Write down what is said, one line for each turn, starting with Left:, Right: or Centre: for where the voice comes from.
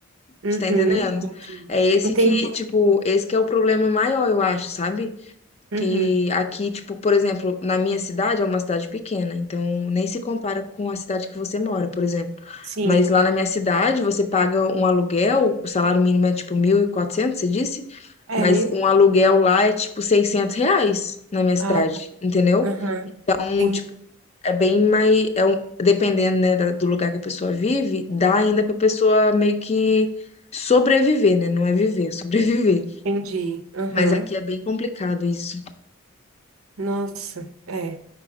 Right: Uhum.
Left: Você tá entendendo?
Right: Entendi.
Left: É esse
Right: Entendi.
Left: que, tipo, esse que é o problema maior, eu acho, sabe?
Right: Uhum.
Left: Que aqui, tipo, por exemplo, na minha cidade é uma cidade pequena, então nem se compara com a cidade que você mora, por exemplo.
Right: Sim.
Left: Mas lá na minha cidade, você paga um aluguel, o salário mínimo é tipo 1.400 você disse? Mas
Right: É mil?
Left: um aluguel lá é tipo 600 reais na minha cidade,
Right: Ah, tá.
Left: entendeu?
Right: Aham.
Left: Então,
Right: Entendi.
Left: Tipo, é bem mais. É um, dependendo, né, da- do lugar que a pessoa vive, dá ainda pra pessoa meio que sobreviver, né? Não é viver, é sobreviver.
Right: Entendi. Aham.
Left: Mas aqui é bem complicado isso.
Right: Nossa, é.